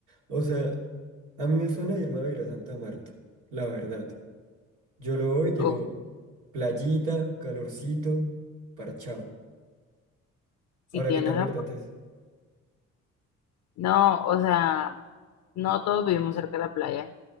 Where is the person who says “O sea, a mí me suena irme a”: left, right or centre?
Right